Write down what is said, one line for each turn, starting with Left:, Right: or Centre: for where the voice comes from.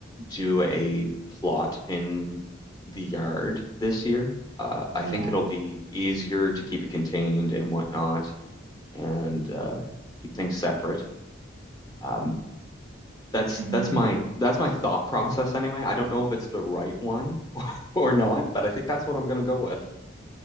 Left: do a plot in the yard this year. Uh,
Right: Yeah.
Left: I think it'll be easier to keep it contained and whatnot, and uh, keep things separate. Um, that's
Right: I
Left: that's
Right: mean,
Left: my that's my thought process anyway. I don't know if it's the right one or not, but I think that's what I'm gonna go with.